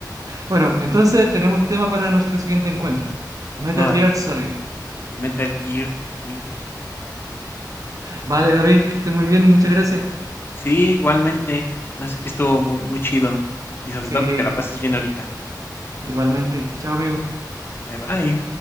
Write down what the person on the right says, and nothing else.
Bueno, entonces tenemos tema para nuestro siguiente encuentro. Metal
Gear Solid.
Vale, David, que esté muy bien, muchas gracias.
Sí,
igualmente. Chao, amigo.